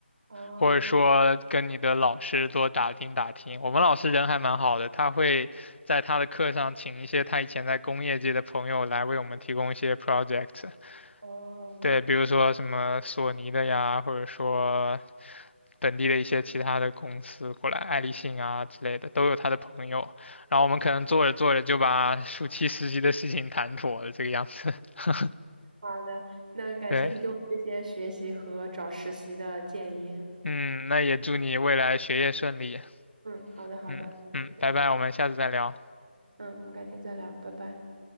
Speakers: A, on the right; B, on the left.
A: 啊，
B: 或者说跟你的老师多打听打听。我们老师人还蛮好的，他会在他的课上请一些他以前在工业界的朋友来为我们提供一些 project，
A: 哦，
B: 对，比如说什么索尼的呀，或者说本地的一些其他的公司过来，爱立信啊之类的，都有他的朋友。然后我们可能做着做着就把暑期实习的事情谈妥了，这个样子。<laughs>
A: 好的，那感谢你给我这些学习和找实习的建议。
B: 对，嗯，那也祝你未来学业顺利。
A: 嗯，好的，好的，
B: 嗯嗯，
A: 谢谢。
B: 拜拜，我们下次再聊。
A: 嗯，我们改天再聊，拜拜。